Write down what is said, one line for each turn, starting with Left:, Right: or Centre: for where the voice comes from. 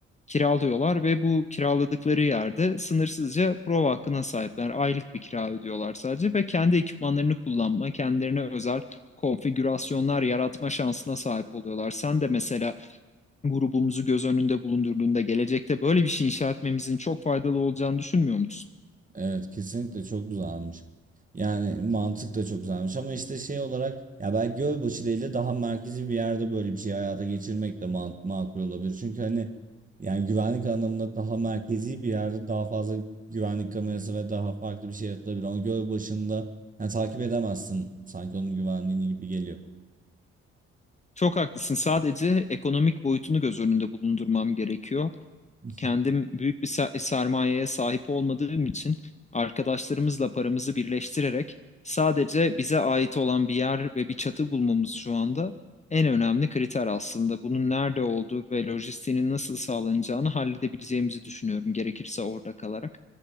Left: kiralıyorlar ve bu kiraladıkları yerde sınırsızca prova hakkına sahipler. Aylık bir kira ödüyorlar sadece ve kendi ekipmanlarını kullanma, kendilerine özel konfigürasyonlar yaratma şansına sahip oluyorlar. Sen de mesela grubumuzu göz önünde bulundurduğunda gelecekte böyle bir şey inşa etmemizin çok faydalı olacağını düşünmüyor musun?
Right: Evet kesinlikle çok güzelmiş. Yani mantık da çok güzelmiş ama işte şey olarak ya belki Gölbaşı değil de daha merkezi bir yerde böyle bir şeyi hayata geçirmek de man- makul olabilir. Çünkü hani yani güvenlik anlamında daha merkezi bir yerde daha fazla güvenlik kamerası ve daha farklı bir şey yaratılabilir. Ama Gölbaşı'nda yani takip edemezsin sanki onun güvenliğini gibi geliyor.
Left: Çok haklısın. Sadece ekonomik boyutunu göz önünde bulundurmam gerekiyor.
Right: <laughs>
Left: kendim büyük bir ser- sermayeye sahip olmadığım için arkadaşlarımızla paramızı birleştirerek sadece bize ait olan bir yer ve bir çatı bulmamız şu anda en önemli kriter aslında. Bunun nerede olduğu ve lojistiğinin nasıl sağlanacağını halledebileceğimizi düşünüyorum gerekirse orada kalarak.